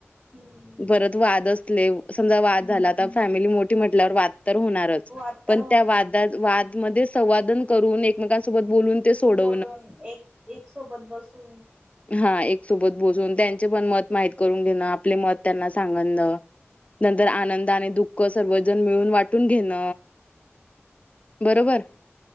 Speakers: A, on the right; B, on the left.
A: हम्म
B: परत वाद असले समजा वाद झाला तर फॅमिली मोठी म्हटल्यावर वाद होणारच
A: वाद तर
B: पण
A: होणारच.
B: त्या वा म संवादन करून एकमेकसोबत बोलून ते सोडव-
A: बोलून एक एक सोबत बसून.
B: हा एक सोबत बसून त्यांचे पण मत माहीत करून घेणं आपले मत त्यांना सांगन. नंतर आनंद आणि दुःख सर्वजण मिळून वाटण. घेण बरोबर